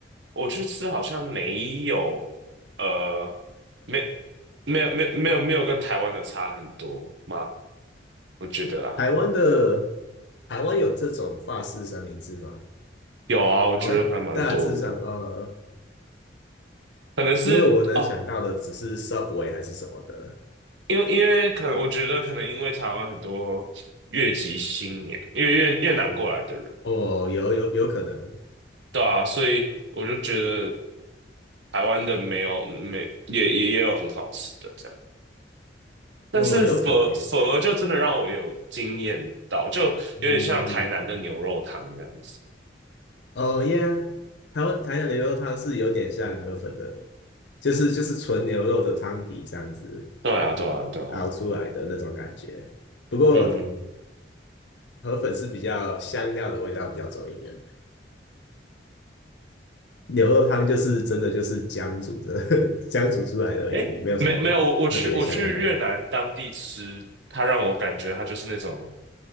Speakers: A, on the right; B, on the left.
A: 我去吃好像没有，呃，没没有没有没有没有跟台湾的差很多吗？我觉得啦，
B: 台湾的台湾有这种法式三明治吗？
A: 有啊，我觉得还蛮多的，
B: 台湾大致上，呃，
A: 可能是哦，
B: 因为我能想到的只是 Subway 还是什么的。
A: 因为因为可能我觉得可能因为台湾很多越籍新年，因为越越南过来的人，
B: 哦，有有有可能，
A: 对啊，所以我就觉得。台湾的没有没也也也有很好吃的这样，但是佛佛就真的让我有惊艳到，
B: 哦，有可能，嗯
A: 就有点像台南的牛肉汤这样子。
B: 嗯，嗯哦耶。e a 台湾台南牛肉汤是有点像河粉的，就是就是纯牛肉的汤底这样子
A: 对啊，对啊，对啊，
B: 熬出来的那种感觉。不过
A: 嗯，
B: 河粉是比较香料的味道比较重一点。牛肉汤就是真的就是姜煮的，<laughs> 姜煮出来的而已，
A: 哎，
B: 没有什么特别的香料。
A: 没没有，我我去我去越南当地吃，它让我感觉它就是那种